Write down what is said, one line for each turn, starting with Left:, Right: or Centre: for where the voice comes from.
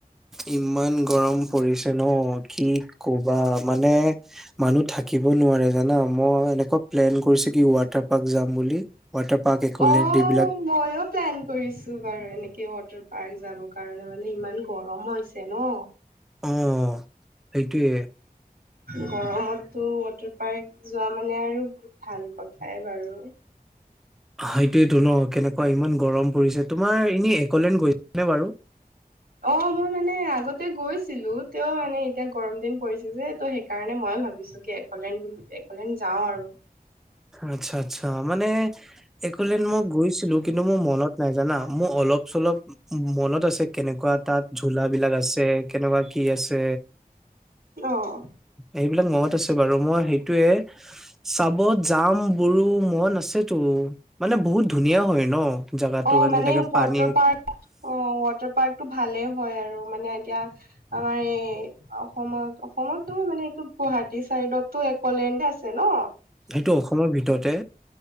Centre: ইমান গৰম পৰিছে ন' কি কবা মানে। মানুহ থাকিব নোৱাৰে জানা মই এনেকোৱা প্লেন কৰিছো কি ৱাটাৰ। পাৰ্ক যাম বুলি ৱাটাৰ পাৰ্ক একলেণ্ড
Right: অ
Centre: এইবিলাক
Right: মইও প্লেন কৰিছো বাৰু এনেকে। ৱাটাৰ পাৰ্ক যাবৰ কাৰণে মানে ইমান গৰম হৈছে ন?
Centre: অ সেইটোৱে।
Right: গৰমত টো ৱাটাৰ পাৰ্ক যোৱা মানে আৰু বহুত ভাল কথাই বাৰু
Centre: সেইটোৱে টো ন কেনেকোৱা ইমান গৰম পৰিছে। তোমাৰ এনেই একলেন গৈছা নে বাৰু?
Right: অ মই মানে আগত এ গৈছিলো তেওঁ মানে এতিয়া গৰম দিন পৰিছে যে ত' সেইকাৰণে মই ভাবিছো কি একলেন এ এইফালে যাওঁ আৰু
Centre: আচ্ছা আচ্ছা মানে একলেণ্ড মই গৈছিলো কিন্তু মোৰ মনত নাই জানা। মোৰ অলপ চলপ মনত আছে কেনেকোৱা তা'ত ঝোলা বিলাক আছে কেনেকোৱা কি আছে।
Right: অ',
Centre: এই বিলাক মনত আছে বাৰু মই সেইটোয়ে চাবত যাম মোৰো মন আছেতো মানে বহুত ধুনীয়া হয়। ন জাগাটো
Right: অ মানে
Centre: তেনেকে
Right: ৱাটাৰ
Centre: পানী
Right: পাৰ্ক অ ৱাটাৰ পাৰ্ক টো ভালে। হয় আৰু মানে এতিয়া আমাৰ এই অসমত অসমত নহয় মানে- ত' গুৱাহাটী চাইডতো একলেণ্ড আছে ন।
Centre: সেইটো অসমৰ ভিতৰতে